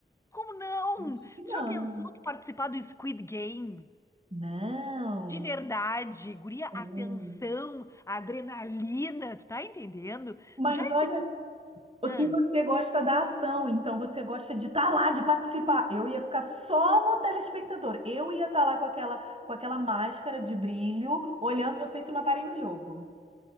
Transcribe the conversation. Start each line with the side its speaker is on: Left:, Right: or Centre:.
Left: Como não?
Right: Acho
Left: Tu
Right: que não.
Left: já pensou tu participar do Squid Game?
Right: Não.
Left: De verdade, guria, a
Right: Não.
Left: tensão, a adrenalina, tu tá entendendo?
Right: Mas
Left: Tu já
Right: olha O
Left: entendeu?
Right: que você gosta da ação, então você gosta de estar lá, de participar. Eu ia ficar só no telespectador. Eu ia estar lá com aquela, com aquela máscara de brilho, olhando vocês se matarem no jogo.